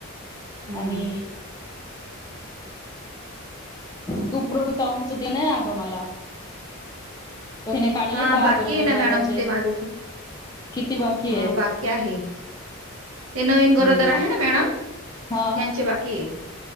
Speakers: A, on the right; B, on the left.
A: हम्म
B: आणि तू पृन काउंनच देन आहे आग मला तिने काढले
A: हा
B: का
A: बाकी
B: गरोदर
A: आहे ना
B: माताचे
A: मॅडम ते माझं थो-
B: किती बाकी
A: अ,
B: ये?
A: बाकी आहे ते नवीन गरोदर
B: हूं
A: आहे ना मॅडम
B: हा
A: त्यांचे बाकी आहे